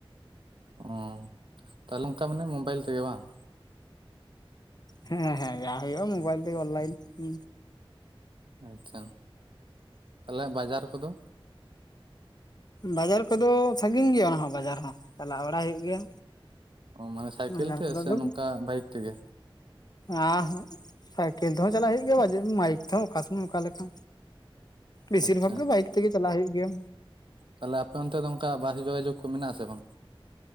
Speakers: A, on the right; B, on the left.
A: ᱚᱻ ᱛᱟᱦᱞᱮ ᱚᱱᱠᱟ ᱢᱟᱱᱮ ᱢᱳᱵᱟᱭᱮᱞ ᱛᱮ ᱜᱮ ᱵᱟᱝ
B: ᱦᱮᱸ ᱦᱮᱸ ᱡᱟ ᱦᱳᱭᱳᱜᱼᱟ ᱢᱳᱵᱟᱭᱮᱞ ᱛᱮ ᱜᱮ ᱚᱱ ᱞᱟᱭᱤᱱ ᱦᱩ
A: ᱟᱪᱪᱷᱟ ᱛᱟᱦᱞᱮ ᱦᱟᱜ ᱵᱟᱡᱟᱨ ᱠᱚ ᱫᱚ
B: ᱵᱟᱡᱟᱨ ᱠᱚ ᱫᱚ ᱥᱟᱹᱜᱤᱧ ᱜᱮᱭᱟ ᱚᱱᱟ ᱦᱚᱸ ᱵᱟᱡᱟᱨ ᱦᱚᱸ ᱪᱟᱞᱟᱣ ᱵᱟᱲᱟ ᱦᱳᱭᱳᱜ ᱜᱮᱭᱟ
A: ᱚ ᱢᱟᱱᱮ ᱥᱟᱭᱠᱮᱞ
B: ᱵᱟᱡᱟᱨ
A: ᱛᱮ
B: ᱠᱚᱫᱚ ᱟᱫᱚ
A: ᱥᱮ ᱱᱚᱝᱠᱟ ᱵᱟᱭᱤᱠ ᱛᱮ ᱜᱮ
B: ᱟᱨ ᱦᱚ ᱥᱟᱭᱠᱮᱞ ᱛᱮ ᱦᱚᱸ ᱪᱟᱞᱟᱜ ᱦᱳᱭᱳᱜ ᱜᱮᱭᱟ ᱵᱟᱭᱤᱠ ᱛᱮ ᱦᱚᱸ ᱚᱠᱟ ᱥᱳᱢᱚᱭ ᱚᱠᱟ ᱞᱮᱠᱟ ᱵᱮᱥᱤᱨ
A: ᱟᱪᱪᱷᱟ
B: ᱵᱷᱟᱜ ᱜᱮ ᱵᱟᱭᱤᱠ ᱛᱮ ᱜᱮ ᱪᱟᱞᱟᱜ ᱦᱩᱭᱳᱜ ᱜᱮᱭᱟ
A: ᱛᱟᱦᱞᱮ ᱟᱯᱮ ᱚᱱᱛᱮ ᱫᱚ ᱚᱱᱠᱟ ᱵᱟᱥ ᱡᱳᱜᱟ ᱡᱳᱜᱽ ᱠᱚ ᱢᱮᱱᱟᱜ ᱟᱥᱮ ᱵᱟᱝ